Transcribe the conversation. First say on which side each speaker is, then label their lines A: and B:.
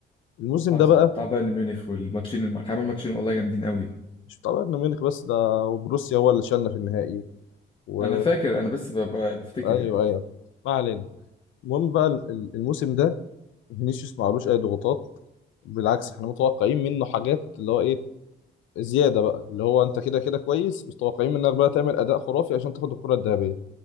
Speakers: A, on the left (about 75°); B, on the left (about 25°).
A: الموسم
B: حصل
A: ده بقى
B: بتاع بايرن ميونخ والماتشين الم- كان عامل ماتشين والله جامدين قوي
A: مش بتاع بايرن ميونخ بس ده وبروسيا هو اللي شالنا في النهائي و...
B: انا فاكر انا بس ب- ب- بفتكر
A: ايوه
B: يعني
A: ايوه ما علينا المهم بقى ال- ال- الموسم ده فينيسيوس معلوش اي ضغوطات بالعكس احنا متوقعين منه حاجات اللي هو ايه زياده بقى اللي هو انت كده كده كويس بس متوقعين منك بقى تعمل اداء خرافي عشان تاخد الكره الذهبيه